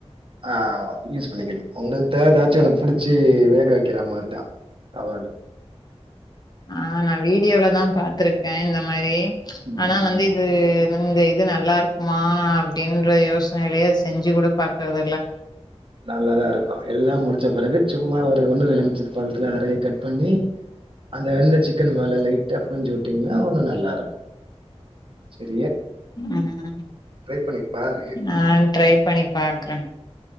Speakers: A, on the right (about 50°); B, on the left (about 35°).
A: ஆஹ் யூஸ் பண்ணிக்கலா உங்களுக்கு தேவ எதாச்சு ஒன்னு புடிச்சு வேக வக்கிற மாரிதான் அவள
B: ஆஹ் நா வீடியோலதா பாத்துருக்க இந்த மாரி
A: ம்,
B: ஆனா வந்து இது இந்த இது நல்லா இருக்குமா அப்டின்ற யோசனைலே செஞ்சு கூட பாக்குறதுல்ல
A: நல்லாதா இருக்கு எல்லா முடிச்ச பிறகு சும்மா ஒரு ஒண்ணு ரெ எலுமிச்ச பலத்துல அறைய கட் பண்ணி அந்த வெந்த சிக்கன் மேல லைட்டா புழிஞ்சி உட்டீங்கன்னா ஒன்னு நல்லா இருக்கு சரி
B: ம்
A: பண்ணி பாரு
B: நா ட்ரை பண்ணி பாக்ற